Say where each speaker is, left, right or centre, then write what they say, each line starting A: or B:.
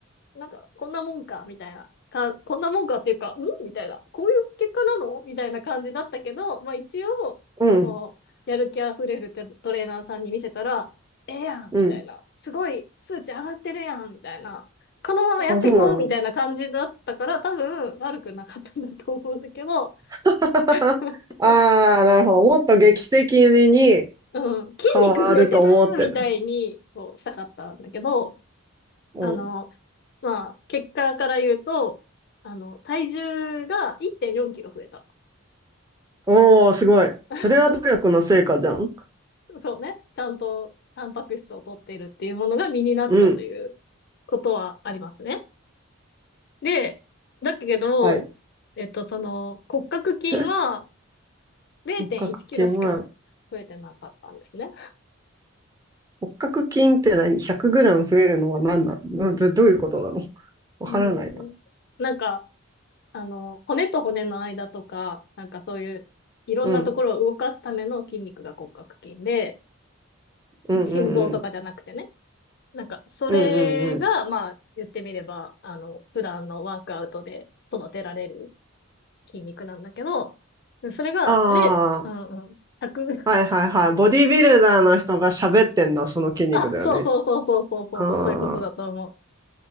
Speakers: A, on the left; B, on the right.
A: なんか、こんなもんか、みたいな。か、こんなもんかっていうか、んみたいな。こういう結果なのみたいな感じだったけど、まあ一応、
B: うん、
A: その、やる気あふれるテトレーナーさんに見せたら、ええやんみたいな。
B: うん。
A: すごい、数値上がってるやんみたいな。このままやってこうみたいな感じだったから、
B: あ、そうなの。
A: 多分、悪くなかったんだと思うんだけど、
B: <laughs>
A: <laughs>
B: ああ、なるほど。もっと劇的に
A: うん、筋肉増えてるみたいに、
B: 変わると思ってる。
A: こう、したかったんだけど、
B: うん。
A: あの、まあ、結果から言うと、あの、体重が1.4キロ増えた。
B: おー、すごい。
A: <laughs>
B: それは努力の成果じゃん。
A: そうね。ちゃんとタンパク質を取っているっていうものが身になったということはありますね。
B: うん。
A: で、だけど、
B: はい。
A: えっと、その、骨格筋は
B: <laughs>
A: 0.1キロしか増えてなかったんですね。
B: 骨格筋は、骨格筋って何 ?100 グラム増えるのは何なのどどういうことなのわからないな。
A: うんなんか、あの、骨と骨の間とか、なんかそういう、いろんなところを動かすための筋肉が骨格筋で、
B: うん。うんうんうん。
A: 心臓とかじゃなくてね。なんか、それが、
B: うんうんうん。
A: まあ、言ってみれば、あの、普段のワークアウトで育てられる筋肉なんだけど、それが、
B: あ
A: あれ、うんうん、100、<laughs>
B: あ、はいはいはい。ボディビルダーの人が喋ってんだ、その筋肉だよね。
A: あ、そうそうそうそうそうそうそう、
B: ああ、
A: そういうことだと思